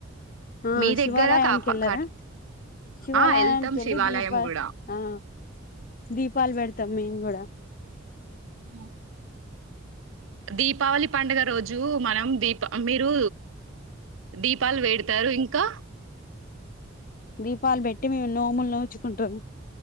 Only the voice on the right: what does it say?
మీ
దగ్గర కాప
కట్
ఆ వెళ్తాం శివాలయం
కూడా
ఆ దీపావళి పండుగ రోజు, మనం దీప, మీరు, దీపాలు పెడతారు ఇంకా